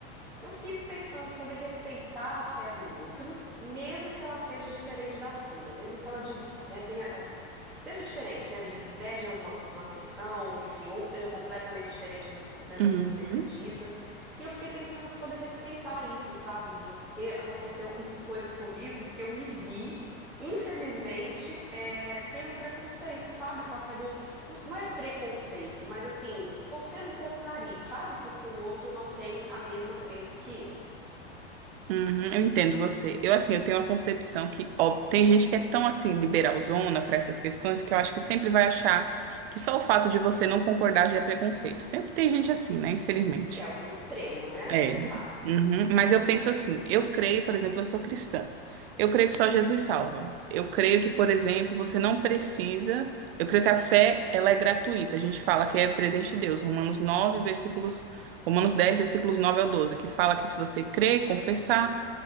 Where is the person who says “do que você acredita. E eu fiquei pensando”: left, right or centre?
Centre